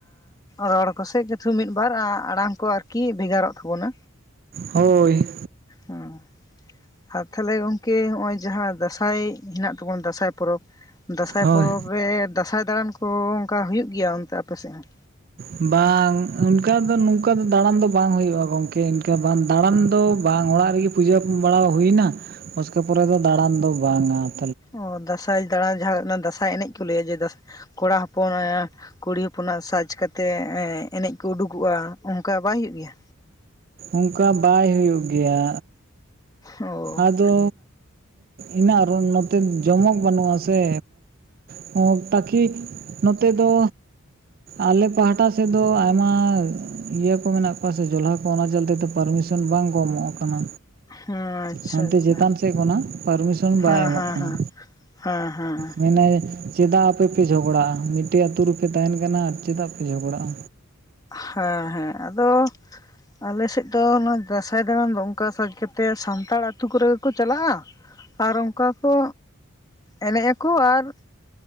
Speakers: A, on the left; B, on the right.
A: ᱨᱚᱲ ᱠᱚ ᱥᱮᱡ ᱠᱪᱷᱩ ᱢᱤᱫᱵᱟᱨ ᱟᱲᱟᱝ ᱠᱚ ᱟᱨᱠᱤ ᱵᱷᱮᱜᱟᱨᱚᱜ ᱛᱟᱵᱚᱱᱟ᱾
B: ᱦᱳᱭ᱾
A: ᱦᱩᱸ᱾ ᱟᱨ ᱛᱟᱦᱞᱮ ᱜᱚᱢᱠᱮ ᱱᱚᱜ-ᱚᱭ ᱡᱟᱦᱟᱸ ᱫᱟᱸᱥᱟᱭ ᱦᱮᱱᱟᱜ ᱛᱟᱵᱚᱱ ᱫᱟᱸᱥᱟᱭ ᱯᱚᱨᱚᱵᱽ ᱫᱟᱸᱥᱟᱭ
B: ᱦᱳᱭ
A: ᱯᱚᱨᱚᱵᱽ ᱨᱮ ᱫᱟᱸᱥᱟᱭ ᱫᱟᱬᱟᱱ ᱠᱚ ᱚᱱᱠᱟ ᱦᱩᱭᱩᱜ ᱜᱮᱭᱟ ᱚᱱᱛᱮ ᱟᱯᱮ ᱥᱮᱫ ᱦᱚᱸ?
B: ᱵᱟᱝ ᱚᱱᱠᱟ ᱫᱚ ᱱᱚᱝᱠᱟ ᱫᱚ ᱫᱟᱬᱟᱱ ᱫᱚ ᱵᱟᱝ ᱦᱩᱭᱩᱜᱼᱟ ᱜᱚᱢᱠᱮ, ᱤᱱᱠᱟᱹ ᱵᱟᱝ ᱫᱟᱬᱟᱱ ᱫᱚ ᱵᱟᱝ ᱚᱲᱟᱜ ᱨᱮᱜᱮ ᱯᱩᱡᱟᱹ ᱵᱟᱲᱟ ᱦᱩᱭᱮᱱᱟ, ᱩᱥᱠᱮ ᱯᱚᱨᱮ ᱫᱚ ᱫᱟᱬᱟᱱ ᱫᱚ ᱵᱟᱝᱟ ᱾
A: ᱚᱸ ᱫᱟᱸᱥᱟᱭ ᱫᱟᱬᱟᱱ ᱡᱟᱦᱟᱸ ᱫᱟᱸᱥᱟᱭ ᱮᱱᱮᱡ ᱠᱚ ᱞᱟᱹᱭᱟ ᱡᱮ ᱠᱚᱲᱟ ᱦᱚᱯᱚᱱ ᱠᱩᱲᱤ ᱦᱚᱯᱚᱱᱟᱜ ᱥᱟᱡᱽ ᱠᱟᱛᱮᱫ ᱮᱸ-ᱮᱱᱮᱡ ᱠᱚ ᱩᱰᱩᱠᱚᱜᱼᱟ, ᱚᱱᱠᱟ ᱵᱟᱭ ᱦᱩᱭᱩᱜ ᱜᱮᱭᱟ?
B: ᱚᱱᱠᱟ ᱵᱟᱭ ᱦᱩᱭᱩᱜ ᱜᱮᱭᱟ,
A: ᱚ
B: ᱟᱫᱚ ᱤᱱᱟᱹᱜ ᱟᱨᱚ ᱱᱚᱛᱮ ᱡᱚᱢᱚᱠ ᱵᱟᱹᱱᱩᱜᱼᱟ ᱥᱮ <unintelligible> ᱛᱟᱠᱤ ᱱᱚᱛᱮ ᱫᱚ ᱟᱞᱮ ᱯᱟᱦᱴᱟ ᱥᱮᱫ ᱫᱚ ᱟᱭᱢᱟ ᱤᱭᱟᱹ ᱠᱚ ᱢᱮᱱᱟᱜ ᱠᱚᱣᱟ ᱥᱮ ᱡᱚᱞᱦᱟ ᱚᱱᱟ ᱪᱚᱞᱛᱮ ᱫᱚ ᱯᱟᱨᱢᱤᱥᱚᱱ ᱵᱟᱝ ᱠᱚ ᱮᱢᱚᱜ ᱠᱟᱱᱟ᱾
A: ᱦᱮᱸ ᱟᱪᱪᱷᱟ
B: ᱦᱟᱱᱛᱮ
A: ᱟᱪᱪᱷᱟ
B: ᱪᱮᱛᱟᱱ ᱥᱮᱫ ᱠᱷᱚᱱᱟᱜ ᱯᱟᱨᱢᱤᱥᱚᱱ ᱵᱟᱭ
A: ᱦᱮᱸ
B: ᱮᱢᱚᱜ
A: ᱦᱮᱸ
B: ᱠᱟᱱᱟ᱾
A: ᱦᱮᱸ ᱦᱮᱸ᱾
B: <unintelligible> ᱪᱮᱫᱟᱜ ᱟᱯᱮᱯᱮ ᱡᱷᱚᱜᱽᱲᱟᱜᱼᱟ? ᱢᱤᱫᱴᱮᱡ ᱟᱹᱛᱩ ᱨᱮᱯᱮ ᱛᱟᱦᱮᱱ ᱠᱟᱱᱟ ᱟᱨ ᱪᱮᱫᱟᱜ ᱯᱮ ᱡᱷᱚᱜᱲᱟᱜᱼᱟ?
A: ᱦᱮᱸ ᱦᱮᱸ ᱟᱫᱚ ᱟᱞᱮ ᱥᱮᱫ ᱫᱚ ᱚᱱᱟ ᱫᱟᱸᱥᱟᱭ ᱫᱟᱬᱟᱱ ᱫᱚ ᱚᱱᱠᱟ ᱥᱟᱡᱽ ᱠᱟᱛᱮᱫ ᱥᱟᱱᱛᱟᱲ ᱟᱹᱛᱩ ᱠᱚᱨᱮ ᱜᱮᱠᱚ ᱪᱟᱞᱟᱜᱼᱟ᱾ ᱟᱨ ᱚᱱᱠᱟ ᱠᱚ ᱮᱱᱮᱡ ᱟᱠᱚ ᱟᱨ